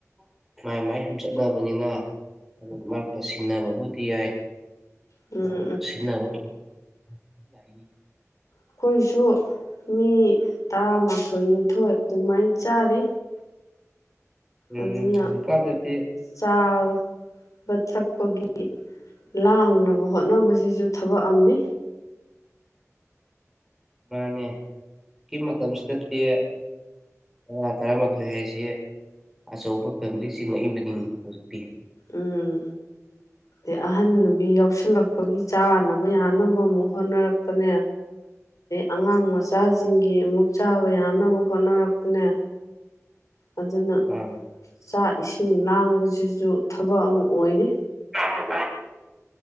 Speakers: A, in the centre; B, on the left.
A: ꯃꯥꯏ ꯃꯥꯏ ꯁꯨꯝ ꯆꯠꯅꯕꯅꯤꯅ ꯑꯗꯨ ꯃꯔꯛꯇ ꯁꯤꯟꯅꯕꯕꯨꯗꯤ ꯌꯥꯏ
B: ꯎꯝ ꯎꯝ
A: ꯑ ꯁꯤꯅꯒꯣ ꯅꯤ
B: ꯑꯩꯈꯣꯏꯁꯨ ꯃꯤ ꯇꯔꯥꯃꯥꯊꯣꯏ ꯅꯤꯊꯣꯏ ꯑꯗꯨꯃꯥꯏꯅ ꯆꯥꯔꯤ
A: ꯎꯝ
B: ꯑꯗꯨꯅ
A: ꯍꯧꯖꯤꯛꯀꯥꯟꯗꯗꯤ
B: ꯆꯥꯎ ꯕ ꯊꯛꯄꯒꯤ ꯂꯥꯡꯅꯕ ꯍꯣꯠꯅꯕꯁꯤꯁꯨ ꯊꯕꯛ ꯑꯃꯅꯤ
A: ꯃꯥꯅꯦ ꯍꯧꯖꯤꯛꯀꯤ ꯃꯇꯝꯁꯤꯗꯗꯤ ꯇꯔꯥ ꯇꯔꯥꯃꯥꯊꯣꯏ ꯍꯥꯏꯁꯤ ꯑꯆꯧꯕ ꯐꯦꯃꯤꯂꯤꯁꯤꯡꯉꯛꯏꯕꯅꯤ ꯍꯧꯖꯤꯛꯇꯤ
B: ꯎꯝ ꯑ ꯑꯍꯟ ꯅꯨꯕꯤ ꯌꯥꯎꯁꯜꯂꯛꯄꯒꯤ ꯆꯥꯅꯕ ꯌꯥꯅꯕ ꯑꯃꯨꯛ ꯍꯣꯠꯅꯔꯛꯄ ꯄꯅ ꯑꯉꯥꯡ ꯃꯆꯥꯁꯤꯡꯒꯤ ꯑꯃꯨꯛ ꯆꯥꯕ ꯌꯥꯅꯕ ꯍꯣꯠꯅꯔꯛꯄꯅꯦ ꯑꯗꯨꯅ
A: ꯃꯥꯅꯦ
B: ꯆꯥꯛ ꯏꯁꯤꯡ ꯂꯥꯡꯕꯁꯤꯁꯨ ꯊꯕꯛ ꯑꯃ ꯑꯣꯏꯔꯤ
A: ꯑ